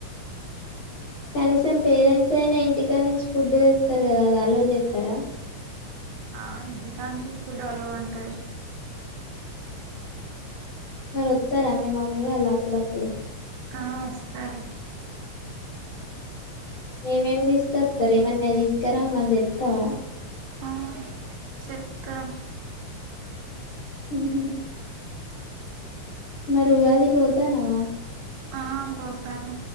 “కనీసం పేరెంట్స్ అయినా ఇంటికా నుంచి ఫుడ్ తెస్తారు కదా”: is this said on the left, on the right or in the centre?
Left